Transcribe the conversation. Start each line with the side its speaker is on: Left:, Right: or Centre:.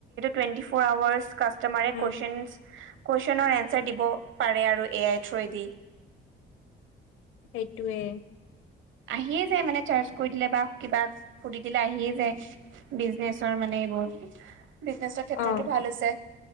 Right: টুৱেন্টি ফৌৰ আওৱাচ মানে
Left: উম,
Right: কুৱেশ্যনচ কুৱেশ্যনৰ এঞ্চাৰ দিব পাৰে আৰু এ আই থ্ৰুৱেদি।
Left: সেইটোৱে
Right: আহিয়ে যায় মানে চাৰ্চ কৰি দিলে বা কিবাক সুধি দিলে আহিয়ে যায়। বিজনেচৰ মানে এইবহুত বিজনেছৰ ক্ষেত্ৰতো
Left: অ',
Right: ভাল হৈছে।